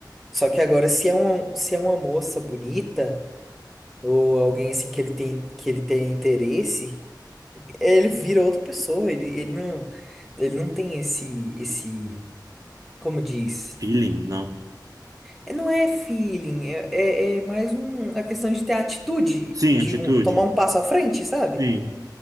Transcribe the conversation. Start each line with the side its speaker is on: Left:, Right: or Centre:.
Centre: Só que agora, se é uma, se é uma moça bonita, ou alguém assim que ele tem, que ele tem interesse, ele vira outra pessoa, ele, ele não, ele não tem esse, esse, como diz?
Right: Peeling, não.
Centre: É, Não é feeling, é, é, é mais um, a questão de ter atitude,
Right: Sim,
Centre: de
Right: atitude.
Centre: um- tomar um passo à frente, sabe?
Right: Sim.